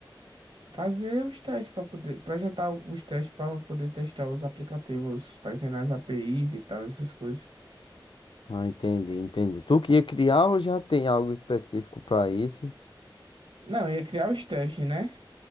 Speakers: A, on the right; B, on the left.
A: Fazer os testes para poder. Projetar os testes para poder testar os aplicativos, tá entendendo? As APIs e tal, essas coisas.
B: Ah, entendi, entendi. Tu que ia criar ou já tem algo específico pra isso?
A: Não, ia criar os testes, né?